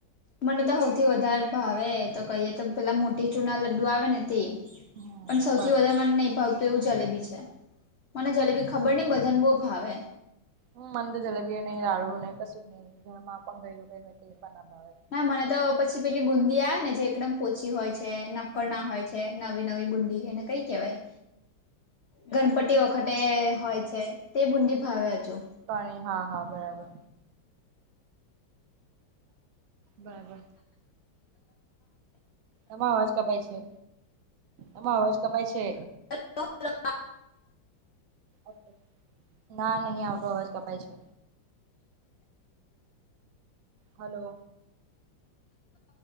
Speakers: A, on the left (about 80°); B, on the right (about 80°).
A: હ મને તો સૌથી વધારે ભાવે તો કહીએ તો પેલા મોટી ચૂના લડ્ડુ આવે ને પણ
B: હમ
A: સૌથી
B: બરાબર
A: વધારે મને નહી ભાવતું એવું જલેબી છે મને જલેબી ખબર નહ બધન બહુ ભાવે
B: હમ મંદ જલેબી નહીિ લાડુ નહીં કશું જ નહીિ ઘરમાં પણ ગયું કઈ એ પણ અભાવે
A: ના મને તો પછી પેલી બુંદી આવે ને જે એકદમ પોચી હોય છે નક્કર
B: હા
A: ના
B: હા
A: હોય છે કે નવી નવી બુંડી એને કઈ કેહેવાય ગણપતિ વખતે હોય છે તે બુંદી ભાવે હજુ
B: પાણી હા હા બરાબર બરાબર એમાં અવાજ કપાય છે એમાં અવાજ કપાય છે
A: હ
B: ઓકે ના નહીં આવટો અવાજ કપાય છે હલો